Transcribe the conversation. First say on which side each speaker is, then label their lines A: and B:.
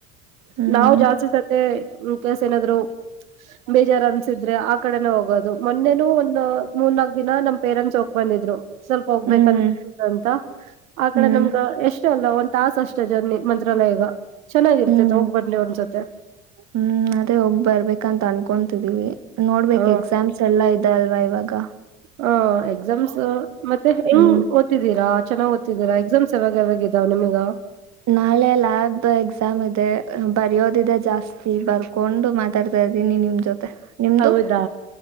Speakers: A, on the right (about 40°); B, on the right (about 70°).
A: ಹ್ಮ್
B: ನಾವು ಜಾಸ್ತಿ ಸತ್ಯ ವಿಕೆಸ ಏನಾದ್ರು ಬೇಜಾರು ಅನ್ಸಿದ್ರೆ ಆ ಕಡೆನ ಹೋಗೋದು ಮೊನ್ನೆನು ಒಂದ್ ಮೂರ್ನಕ್ ದಿನ ನಮ್ ಪೇರೆಂಟ್ಸ್ ಹೋಗ ಬಂದಿದ್ರು ಸ್ವಲ್ಪ ಹೋಗ್ಬೇಕನ್
A: ಹ್ಮ್
B: ಅಂತ ಆ ಕಡೆ
A: ಹ್ಮ್
B: ನಮ್ಗ ಎಷ್ಟ ಅಷ್ಟ ಅಲ್ಲ ಒಂದು ತಾಸು ಅಷ್ಟೇ ಜರ್ನಿ ಮಂತ್ರಾಲಯಗ ಚೆನ್ನಾಗಿರ್ತೈತೆ
A: ಹ್ಮ ಹ್ಮ್
B: ಹೋಗ್ ಬನ್ನಿ ಒಂದ್ಸತೆ
A: ಹ್ಮ್ ಅದೇ ಹೋಗ್ ಬರ್ಬೇಕಂತ ಅನ್ಕೊಂಡು ತಡಿವೆ ನೋಡ್ಬೇಕ
B: ಹ
A: ಎಕ್ಸಾಮ್ಸ್ ಎಲ್ಲಾ ಇದ ಅಲ್ವಾ ಇವಾಗ ಗಾ
B: ಹ ಎಕ್ಸಾಮ್ಸ್ ಮತ್ತೆ ಹೆಂಗ್
A: ಹ್ಮ್
B: ಓದ್ತಿದ್ದೀರಾ? ಚೆನ್ನಾಗ ಓದ್ತಿದ್ದೀರಾ ಎಕ್ಸಾಮ್ಸ್ ಯಾವಾಗ ಯಾವಾಗ ಇದಾವ ನಿಮಗ
A: ನಾಳೆ ಲ್ಯಾಬ್ ಎಕ್ಸಾಮ್ ಇದೆ ಹ್ಮ್ ಬರಿಯೋದಿದೆ ಜಾಸ್ತಿ ಬರ್ಕೊಂಡು ಮಾತಾಡ್ತಾ ಇದ್ದೀನಿ ನಿಮ್ ಜೊತೆ ನಿಮ್ದು
B: ಹೌದಾ